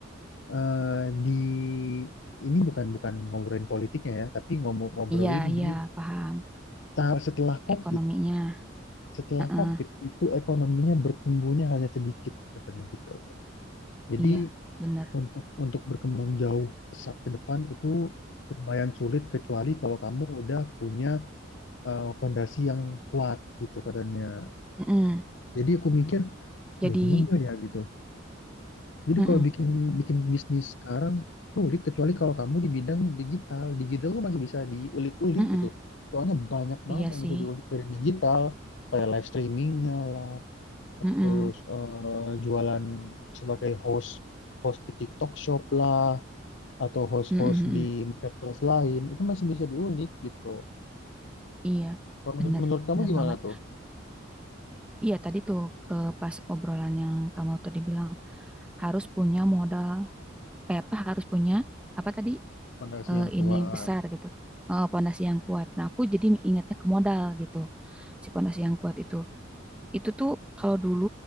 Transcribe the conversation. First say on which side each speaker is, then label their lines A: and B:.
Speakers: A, on the left; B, in the centre.
A: eh, di ini bukan bukan ngobrolin politiknya ya tapi ngomong ngobrolin
B: Iya, iya,
A: di
B: paham.
A: ta- setelah COVID
B: Ekonominya.
A: setelah
B: Mm-mm,
A: COVID itu ekonominya bertumbuhnya hanya sedikit katanya gitu jadi
B: iya, bener.
A: untuk untuk berkembang jauh pesat ke depan itu lumayan sulit kecuali kalau kamu udah punya eh, fondasi yang kuat gitu katanya
B: Mm-mm.
A: jadi aku mikir
B: Jadi,
A: Iya juga ya gitu. Jadi
B: mm-mm,
A: kalau bikin bikin bisnis sekarang sulit kecuali kalau kamu di bidang digital. Digital tuh masih bisa diulik-ulik
B: mm-mm.
A: gitu. Soalnya banyak banget
B: Iya
A: yang
B: sih.
A: bisa diulik dari digital, kayak live streamingnya lah,
B: Mm-mm,
A: terus eh, jualan sebagai host host di TikTok Shop lah atau host-host
B: mm-mm, mm-mm.
A: di marketplace lain itu masih bisa diulik gitu.
B: Iya,
A: Kalau
B: bener.
A: menurut, menurut kamu
B: Bener
A: gimana
B: banget.
A: tuh?
B: Iya, tadi tuh eh, pas obrolan yang kamu tadi bilang harus punya modal eh, apa harus punya apa tadi
A: Fondasi
B: eh,
A: yang kuat.
B: ini besar gitu eh, pondasi yang kuat nah aku jadi ingatnya ke modal gitu si pondasi yang kuat itu itu tuh kalau dulu